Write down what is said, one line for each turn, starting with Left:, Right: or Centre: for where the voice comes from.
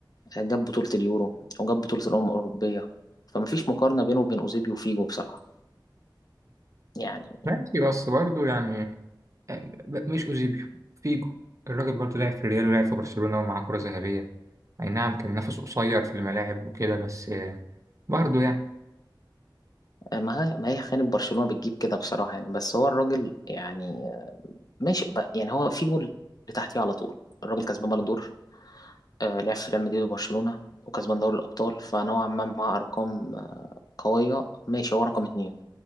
Left: جاب بطولة اليورو وجاب بطولة الأمم الأوروبية فمفيش مقارنة بينه وبين أوزيبيو وفيجو بصراحة يعني
Right: ماشي بس برضه يعني آه، ب- مش أوزيبيو فيجو الراجل برضه لعب في الريال ولعب في برشلونة ومعاه كرة ذهبية أي نعم كان نفسه قصير في الملاعب وكده بس آه، برضه يعني
Left: آه، ما هي ما هي خانة برشلونة بتجيب كده بصراحة يعني بس هو الراجل يعني ماشي بقى يعني هو فيجو اللي تحتيه على طول الراجل كسبان بالون دور آه، لعب في ريال مدريد وبرشلونة وكسبان دوري الأبطال فنوعا ما مع أرقام قوية ماشي هو رقم اتنين